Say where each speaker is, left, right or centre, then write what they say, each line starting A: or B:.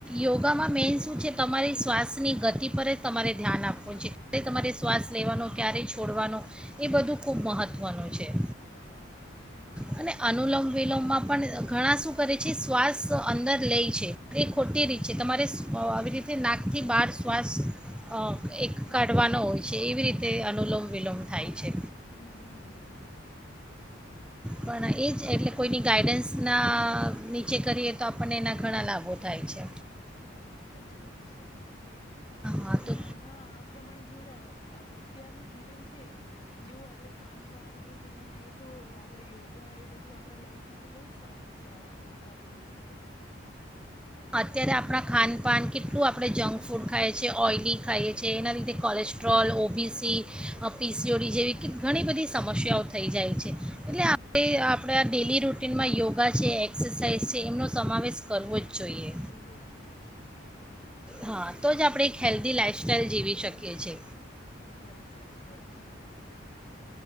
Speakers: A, in the centre; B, on the left.
A: યોગામાં મેન શું છે, તમારી શ્વાસની ગતિ પર જ તમારે ધ્યાન આપવું છે. એટલે તમારે શ્વાસ
B: હા
A: લેવાનો ક્યારે છે છોડવાનો એ બધું ખૂબ મહત્ત્વનું છે
B: હા
A: અને
B: સાચી
A: અનુલોમ
B: વાત.
A: વિલોમમાં પણ ઘણા શું કરે છે, શ્વાસ અંદર લેઇ છે ખોટી
B: હમ
A: રીત છે. તમારે સ અહ આવી રીતે નાકથી બહાર શ્વાસ અહ એક કાઢવાનો છે, એવી રીતે અનુલોમ વિલોમ થાય છે.
B: હમ્મ-હમ્મ.
A: પણ એ જ એટલે કોઈની ગાઈડન્સના નીચે કરીએ તો આપણને એના ઘણા લાભો થાય છે.
B: સર સાચી વાત છે.
A: હા
B: અને
A: તો
B: હમણાં આ પ્રમાણે જોય અહ અત્યારનું જીવન છે, જેવું આપણે ખાવાનું પાનને એ પ્રમાણે એ તો આપણે યોગા એ બધું આપણા લાઈફ માટે બહુ જ સરસ અહ સારો રોલ કરે છે.
A: અત્યારે આપણા ખાનપાન કેટલું આપણે જંક ફૂડ ખાય છે, ઓઈલી
B: અચ્છા
A: ખાઈએ છે, એના લીધે કોલેસ્ટ્રોલ ઓ પીસી અહ પી સી ઓ ડી જેવી ક ઘણી બધી સમસ્યાઓ થઈ જાય છે. એટલે આપણે
B: હમ
A: આપણા ડેલી રૂ ટીનમાં યોગા છે, એક્સરસાઇઝ છે, એમનો સમાવેશ કરવો જ જોઈએ
B: કરવો જ જોઈએ હા.
A: હા તો જ આપણે એક હેલ્ધી લાઈફસ્ટાઈલ જીવી શકીએ છે.
B: સારી સાચી વાત છે.